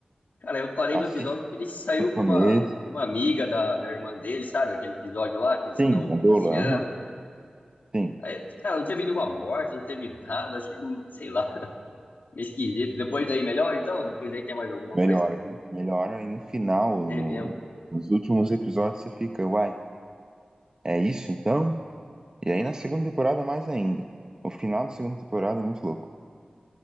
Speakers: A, on the left (about 75°); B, on the right (about 25°).
A: Cara, eu parei
B: Assiste
A: no episódio que ele saiu
B: o começo.
A: com uma, com uma amiga da, da irmã dele, sabe? Aquele episódio lá que eles
B: Sim,
A: estão
B: a
A: passeando.
B: Dola, aham. Sim,
A: Aí, cara, não teve nenhuma morte, não teve nada. Achei, sei lá, <laughs> meio esquisito. Depois daí melhor, então? Depois daí tem mais alguma
B: melhora,
A: coisa?
B: viu? Melhora. E no final,
A: É
B: no-
A: mesmo.
B: nos últimos episódios, você fica, uai, é isso então? E aí na segunda temporada, mais ainda. O final da segunda temporada é muito louco.